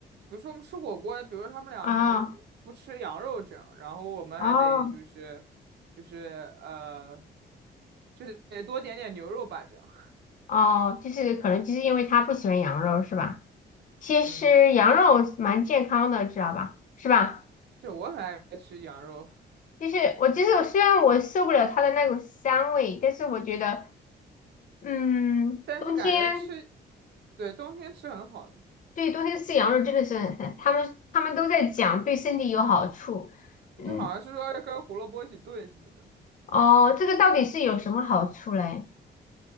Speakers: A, on the right; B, on the left.
A: 比如说我们吃火锅，比如说他们俩还不吃羊肉这样，
B: 啊，
A: 然后我们还得就是
B: 哦，
A: 就是呃，就得多点点牛肉吧这样。
B: 哦，就是可能就是因为他不喜欢羊肉是吧？其实羊肉蛮健康的，
A: 嗯，
B: 知道吧？是吧？
A: 对，我很爱吃羊肉，
B: 就是我就是我虽然我受不了它的那股膻味，但是我觉得，嗯，
A: 但是感觉吃，
B: 冬天
A: 对，冬天吃很好，
B: 对冬天吃羊肉真的是很，他们他们都在讲对身体有好处。嗯，
A: 对，好像是说要跟胡萝卜一起炖什么的，
B: 哦，这个到底是有什么好处嘞？